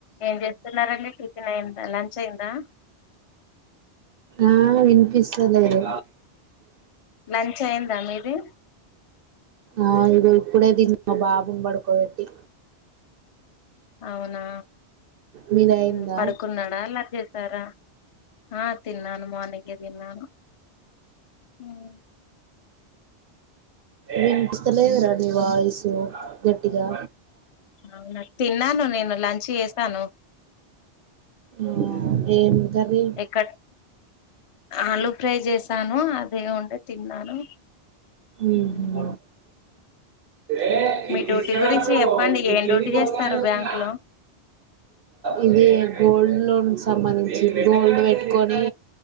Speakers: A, on the left; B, on the right.
A: ఏం చేస్తున్నారండి టిఫిన్ అయిందా లంచ్ అయిందా
B: ఆ వినిపిస్తలేదు
A: లంచ్ అయిందా మీది
B: ఆ ఇడే ఇప్పుడే తిన్న మా బాబుని పడుకో బెట్టి
A: అవునా
B: మీది అయిందా
A: హ్మ్ పడుకున్నాడా అల్లరి చే స్తారా ఆ తిన్నను మార్నింగే తిన్నాను ఉహ్మ్
B: వినిపిస్తలేదురా ని వాయిసు గట్టిగా
A: అవునా తిన్నాను నేను లంచ్ చేసాను
B: ఊమ్ ఏం కర్రీ
A: ఎక్కడ ఆలు ఫ్రై జేసాను అదే ఉంటే తిన్నాను
B: ఊహ్మ్
A: ఉమ్,
B: ఏ
A: మీ
B: ఇది
A: డ్యూటీ
B: దీస్కారాపో
A: గురించి చెప్పండి
B: ఇది
A: ఏం
B: తినికి
A: డ్యూటీ చేస్తారు
B: ఒస్తాలేదు
A: బ్యాంక్
B: ఇంకా
A: లో
B: ఇవి గోల్డ్ లోన్స్ సంబంధించి గోల్డ్ పేట్టుకొని